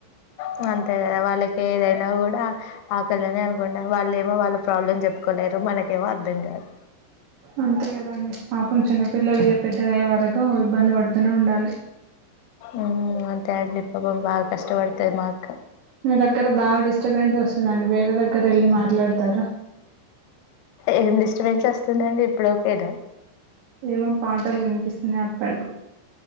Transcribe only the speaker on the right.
అంతే గదండి పాపం చిన్నపిల్లలిగా పెద్దగయే వరకు ఇబ్బంది పడు. క్కనో ఉండాలి.
మీ దగ్గర బాగా డిస్టబెన్స్ వస్తుందండి వేరే దగ్గర ఎళ్ళి మాట్లాడతార.
ఏమో పాటల్ వినిపిస్తున్నాయి అక్కడు.